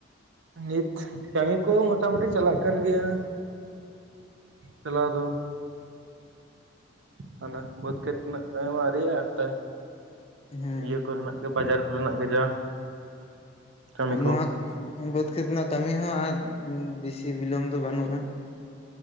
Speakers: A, on the right (about 75°); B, on the left (about 30°).
A: ᱱᱤᱛ ᱠᱟᱹᱢᱤ ᱠᱚ ᱢᱚᱴᱟ ᱢᱩᱩᱴᱤ ᱪᱟᱞᱟᱜ ᱠᱟᱱ ᱜᱮᱭᱟ ᱪᱟᱞᱟᱣ ᱫᱚ ᱦᱟᱱᱟ ᱵᱟ. ᱫᱽ ᱠᱷᱮᱛ ᱠᱷᱚᱱᱟᱜ <inaudible> ᱟᱹᱶᱨᱤ ᱟᱜ-ᱟ
B: ᱦᱮᱸ
A: ᱤᱭᱟ‌ᱹ ᱠᱚᱨᱮᱱᱟᱜ ᱜᱮ ᱵᱟᱡᱟᱨ ᱠᱚᱨᱮᱱᱟᱜ ᱜᱮ ᱡᱟ ᱠᱟᱹᱢᱤ
B: ᱱᱚᱣᱟ
A: ᱠᱚ
B: ᱵᱟᱹᱫᱽ ᱠᱷᱮᱛ ᱨᱮᱱᱟᱜ ᱠᱟᱹᱢᱤ ᱦᱚᱸ ᱟᱨ ᱵᱮᱥᱤ ᱵᱤᱞᱚᱢ ᱫᱚ ᱵᱟᱹᱱᱩᱜ-ᱟ